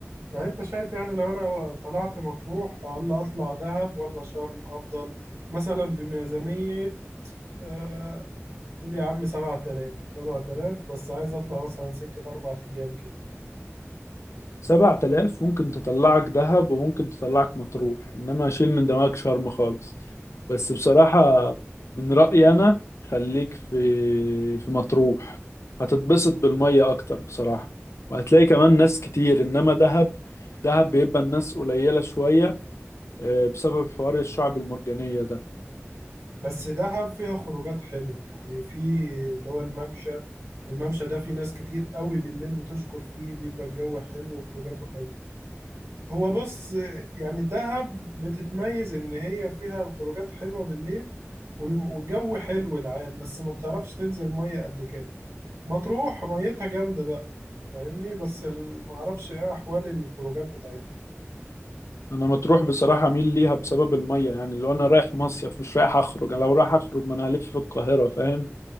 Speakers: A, on the right; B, on the left.
A: يعني انت شايف يعني لو انا طلعت مطروح ولا اطلع دهب ولا شرم افضل مثلا بميزانية آه، قول يا عم سبعة آلاف سبعة آلاف بس عايز اطلع مثلا سكة أربع أيام كده
B: سبعة آلاف ممكن تطلعك دهب وممكن تطلعك مطروح إنما شيل من دماغك شرم خالص بس بصراحة من رأيي أنا خليك في في مطروح هتتبسط بالمية أكتر بصراحة وهتلاقي كمان ناس كتير إنما دهب دهب بيبقى الناس قليلة شوية آه، بسبب حوار الشعب المرجانية ده
A: بس دهب فيها خروجات حلوة يعني في اللي هو الممشى الممشى ده في ناس كتير قوي بالليل بتشكر فيه بيبقى الجو حلو وخروجاته حلو هو بص يعني دهب بتتميز إن هي فيها الخروجات حلوة بالليل وال- والجو حلو العام بس ما بتعرفش تنزل مية قد كده مطروح ميتها جامدة بقى فاهمني بس ال- معرفش ايه أحوال الخروجات بتاعتها
B: أنا مطروح بصراحة أميل ليها بسبب المية يعني لو أنا رايح مصيف مش رايح أخرج أنا لو رايح أخرج ما أنا هلف في القاهرة فاهم